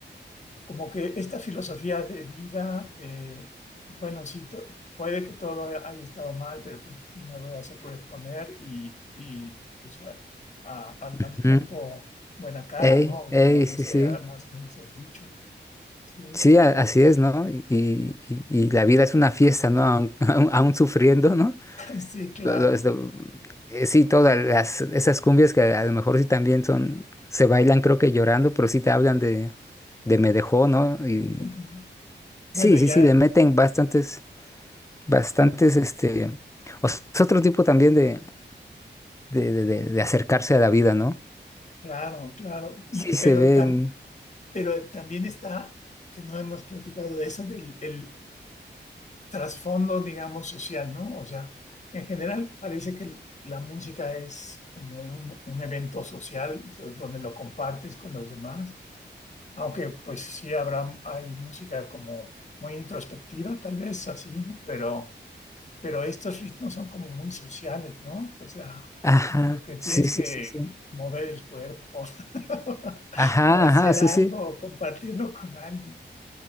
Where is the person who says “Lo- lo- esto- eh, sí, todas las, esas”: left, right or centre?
Left